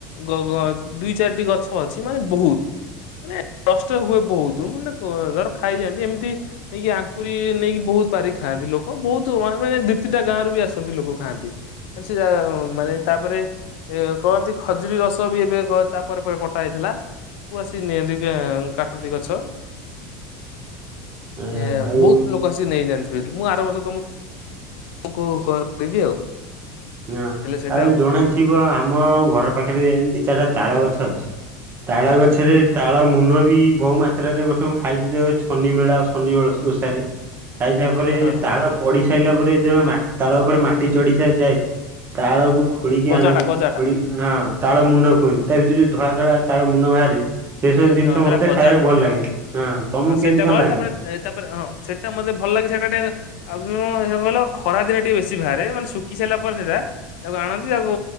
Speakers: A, on the left (about 65°); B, on the right (about 35°).
A: ଗ ଗ ଦୁଇ ଚାରିଟି ଗଛ ଅଛି ମାନେ ବହୁତ ମାନେ କଷ୍ଟ ହୁଏ ବହୁତ ମାନେ ଧର ଖାଇଯାଆନ୍ତି ଏମିତି ନେଇକି ଆଙ୍କୁରି ନେଇକି ବହୁତ ପାରି ଖାଆନ୍ତି ଲୋକ ବହୁତ ମାନେ ଦି ତିନିଟା ଗାଁରୁ ବି ଆସନ୍ତି ଲୋକ ଖାଆନ୍ତି। ସେ ଯା ମାନେ ତାପରେ ଏ କହନ୍ତି ଖଜୁରୀ ରସ ବି ଏବେ ତାପରେ ପରେ କଟା ହେଇଥିଲା ସୁ ଆସିିକି ନିଅନ୍ତି। ଇଏ କାଟନ୍ତି ଗଛ
B: ହଁ
A: ଏ
B: ଆଉ
A: ବହୁତ ଲୋ ଆସି ନେଇଯାଆନ୍ତି ମୁଁ ଆର ବର୍ଷ <unintelligible> କରିଦେବି ଆଉ।
B: ହଁ
A: ହେଲେ ସେଇଟା
B: ଆଉ ଜଣା ଥିବ ଆମ ଘର ପାଖରେ ଦି ଚାରିଟା ତାଳ ଗଛ ଅଛି। ତାଳ ଗଛରେ ତାଳ ମୁନ ବି ବହୁ ମା ତ୍ରା ରେ ଗୋଟେ ସବୁ ଖାଇଛି ଶନି ମେଳା ଆଉ ଶନି ଓଷାରେ ଖାଇସାରା ପରେ
A: ହଁ
B: ଏଇ
A: ହଁ
B: ଯଉ
A: ହଁ
B: ତାଳ ପଡି ସାଇଲା ପରେ ଯ ମା ତାଳ ଉପରେ ମାଟି ଚଢି ଯାଏ। ତାଳକୁ ଖୋଳିକି
A: ଗଜାଟା
B: ଆଣନ୍ତି,
A: ଗଜାଟା
B: ଖୋଳି ହଁ ତାଳ ମୁନ କୁହନ୍ତି, ତା ଭିତରେ ଯୋଉ ଧଳା ଧଳା ତାଳ ମୁନ ବାହାରି ସେ ସବୁ
A: ହଁ
B: ଜିନିଷ
A: ସେଇଟା
B: ମତେ
A: ଗଜା
B: ଖାଇବାକୁ
A: କୁହନ୍ତି
B: ଭଲ ଲାଗେ,
A: ହଁ।
B: ହଁ ତମକୁ
A: ସେଇଟା
B: କେମିତି କଣ
A: ଭଲ
B: ଲାଗେ?
A: ତାପରେ ତାପରେ ହଁ ସେଟା ମତେ ଭଲ ଲାଗେ ସେଟା ଟିକେ ଆଉ କହିଲ ଖରା ଦିନେ ଟିକେ ବେଶୀ ବାହାରେ ମାନେ ଶୁକି ସାଇଲା ପରେ ସେଟା ତାକୁ ଆଣନ୍ତି ତାକୁ